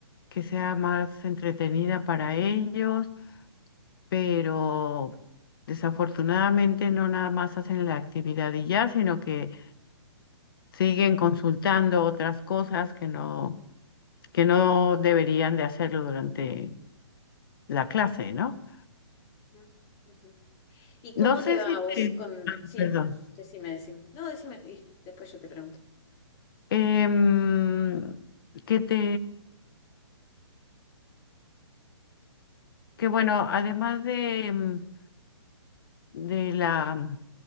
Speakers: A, on the left; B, on the left.
A: que sea más entretenida para ellos, pero desafortunadamente no nada más hacen la actividad y ya, sino que siguen consultando otras cosas que no, que no deberían de hacerlo durante la clase, ¿no?
B: ujú, ujú. ¿Y cómo
A: No sé
B: te va
A: si
B: a vos
A: te...
B: con...?
A: ah,
B: Sí,
A: Perdón.
B: decime, decime. No, decime y después yo te pregunto.
A: Em, que te... Que bueno, además de... em, de la,